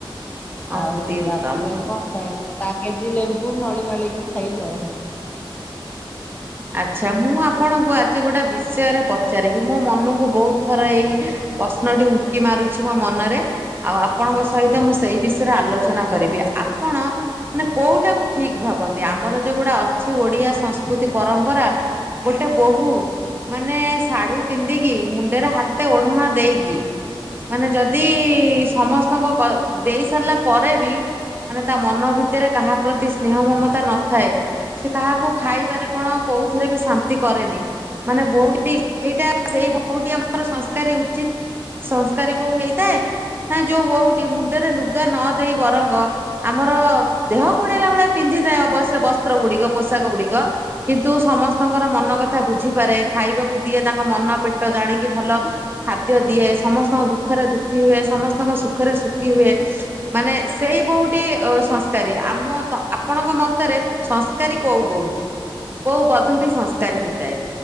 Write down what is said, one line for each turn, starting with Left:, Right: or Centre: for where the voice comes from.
Right: ଅତି
Left: ଆଉ ତାପରେ
Right: ଉତ୍ତମ।
Left: ଆଉ କଣ ଖାଇଲୁ କାକେଜି ଲେମ୍ବୁ ମଳି ମାଳିକି ଖାଇଲୁ ଆଉ।
Right: ଆଚ୍ଛା ମୁଁ ଆପଣଙ୍କୁ ଆଜି ଗୋଟେ ବିଷୟରେ ପଚାରିବି ମୋ ମନକୁ ବହୁତ ଥର ଏ ପ୍ରଶ୍ନଟି ଉଙ୍କି ମାରୁଛି ମୋ ମନରେ ଆଉ ଆପଣଙ୍କ ସହି ତ ମୁଁ ସେଇ ବିଷୟରେ ଆଲୋଚନା କରିବି ଆ ଆପଣ ମାନେ କୋଉଟାକୁ ଠିକ ଭାବନ୍ତି ଆମର ଯୋଉଗୁଡା ଅଛି ଓଡିଆ ସଂସ୍କୃତି ପରା ଗୋଟେ ବୋହୂ ମାନେ ଶାଢ଼ୀ ପିନ୍ଧିକି ମୁଣ୍ଡରେ ହାତେ ଓଢ଼ଣା ଦେଇକି ମାନେ ଯଦି ସମସ୍ତଙ୍କ କ ଦେଇ ସାରିଲା ପରେ ବି ମାନେ ତା ମନ ଭିତରେ କାହା ପ୍ରତି ସ୍ନେହ ମମତା ନଥାଏ ସେ କାହାକୁ ଖାଇବାରେ ଆପଣ କଉଥରେ ବି ଶାନ୍ତି କରେନି ମାନେ ବୋହୂଟି ସେଇଟା ସେଇ ବୋହୂଠି ଆମର ସଂସ୍କାରୀ ଉଚିତ ସଂସ୍କାରୀ ବୋହୂ ହେଇଥାଏ। ନା ଯୋଉ ବୋହୂଟି ମୁଣ୍ଡରେ ଲୁଗା ନ ଦେଇ ବରଙ୍ଗ ଆମ ର ଦେହ ଘୋଡେଇଲା ଭଳିଆ ପିନ୍ଧିଥାଏ ଅବଶ୍ୟ ବସ୍ତ୍ର ଗୁଡିକ, ପୋଷାକ ଗୁଡିକ କିନ୍ତୁ ସମସ୍ତଙ୍କର ମନ କଥା ବୁଝିପାରେ, ଖାଇବାକୁ ଦିଏ ତାଙ୍କ ମନ ପେଟ ଜାଣିକି ଭଲ ଖାଦ୍ୟ ଦିଏ ।ସମସ୍ତଙ୍କ ଦୁଃଖରେ ଦୁଃଖୀ ହୁଏ। ସମସ୍ତଙ୍କ ସୁଖରେ ସୁଖୀ ହୁଏ ।ମାନେ ସେଇ ବୋହୂଟି ସଂସ୍କାରୀ। ଆମ ଆପଣଙ୍କ ମତରେ ସଂସ୍କାରୀ କୋଉ ବୋହୂ? କୋଉ ବଧୂଟି ସଂସ୍କାରୀ ହେଇଥାଏ?